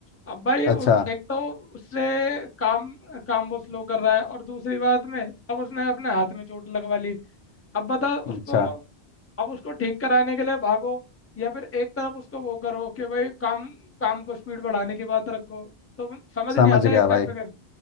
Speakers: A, on the left; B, on the left.
A: अब भाई
B: अच्छा
A: उस, एक तो उससे काम काम वो स्लो कर रहा है और दूसरी बात में अब उसने अपने हाथ में चोट लगवा ली अब बता उसको
B: अच्छा
A: अब उसको ठीक कराने के लिए भागो या फिर एक तरफ उसको वो करो कि भाई काम काम को स्पीड बढ़ाने की बात रखो तो वो समझ
B: समझ
A: नहीं आता
B: गया
A: एक
B: भाई
A: टाइम पे कर